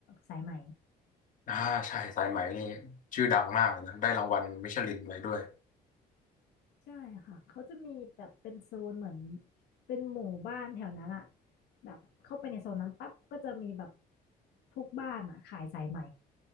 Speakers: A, on the left; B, on the left.
A: สายไหม
B: อ่าใช่สายไหมนี่ชื่อดังมากเลยนะได้รางวัลมิชลินอะไว้ด้วย
A: ใช่ค่ะเขาจะมีแบบเป็นโซนเหมือนเป็นหมู่บ้านแถวนั้นอะแบบเข้าไปในโซนนั้นปั๊บก็จะมีแบบทุกบ้านอะขายสายไหม